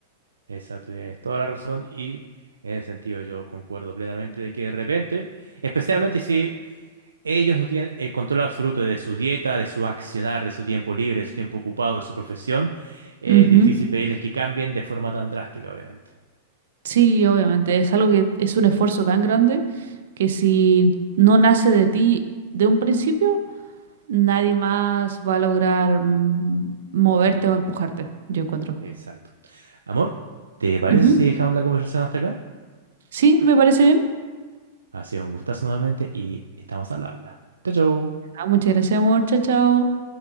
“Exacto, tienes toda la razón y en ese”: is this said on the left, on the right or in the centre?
Right